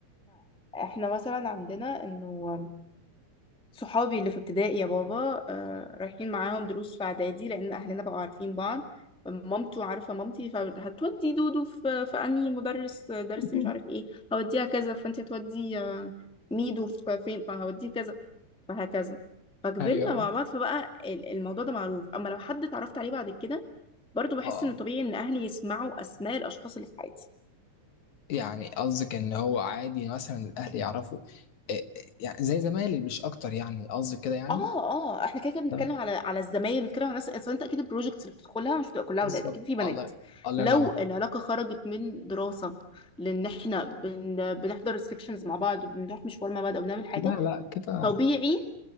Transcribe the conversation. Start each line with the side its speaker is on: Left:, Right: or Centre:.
Centre: فاحنا مثلا عندنا انه صحابي اللي في ابتدائي يا بابا آه رايحين معاهم دروس في اعدادي لان اهلنا بقوا عارفين بعض مامته عارفه مامتي فهتودي دودو في في انهي مدرس آه، درس
Left: <laughs>
Centre: مش عارف ايه هوديها كذا فانت هتودي آه، ميدو في فين فهوديه كذا فهكذا فكبرنا
Left: ايوه أيوة.
Centre: مع بعض فبقى ال- الموضوع ده معروف اما لو حد اتعرفت عليه بعد كده برضو بحس
Left: اه
Centre: ان طبيعي ان اهلي يسمعوا اسماء الاشخاص اللي في حياتي
Left: يعني قصدك ان هو عادي مثلا الاهل يعرفوا إيه- يعني زي زمايلي مش اكتر يعني قصدك كده يعني
Centre: اه اه احنا كده كده بنتكلم
Left: تمام
Centre: على على الزمايل بنتكلم على الناس اصل انت اكيد البروجكتس اللي بتدخلها مش بتبقى كلها
Left: بالظبط
Centre: اولاد اكيد في بنات
Left: الله الله
Centre: لو
Left: ينور
Centre: العلاقه خرجت من دراسه لان احنا بن... بنحضر السكشنز مع بعض وبنروح مشوار مع بعض او بنعمل حاجه
Left: لا لا كده
Centre: طبيعي